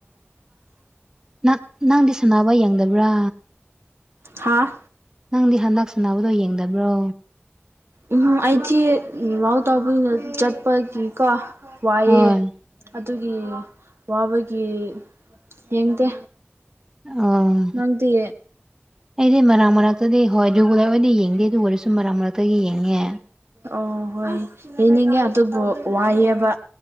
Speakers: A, on the right; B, on the right.
A: ꯅꯪ ꯅꯪꯗꯤ ꯁꯅꯥꯅꯕ ꯌꯦꯡꯗꯕ꯭ꯔꯥ
B: ꯍꯥꯥ
A: ꯅꯪꯗꯤ ꯍꯟꯗꯛ ꯁꯅꯕꯗꯣ ꯌꯦꯡꯗꯕ꯭ꯔꯣ
B: ꯎꯝ ꯑꯩꯗꯤ ꯂꯥꯎ ꯇꯥꯎꯕꯅꯤꯅ ꯆꯠꯄꯒꯤꯀꯣ ꯋꯥꯏꯌꯦ
A: ꯍꯣꯏ
B: ꯑꯗꯨꯒꯤ ꯋꯥꯕꯒꯤ ꯌꯦꯡꯗꯦ
A: ꯑꯣ
B: ꯅꯪꯗꯤ
A: ꯑꯩꯗꯤ ꯃꯔꯥꯛ ꯃꯔꯥꯛꯇꯗꯤ ꯍꯣꯏ ꯔꯤꯒꯨꯂꯔ ꯑꯣꯏꯅ ꯌꯦꯡꯗꯦ ꯑꯗꯨ ꯑꯣꯏꯔꯁꯨ ꯃꯔꯛ ꯃꯔꯛꯇꯒꯤ ꯌꯦꯡꯉꯦ
B: ꯑꯣ ꯍꯣꯏ ꯌꯦꯡꯅꯤꯡꯉꯦ ꯑꯗꯨꯕꯨ ꯋꯥꯏꯌꯦꯕ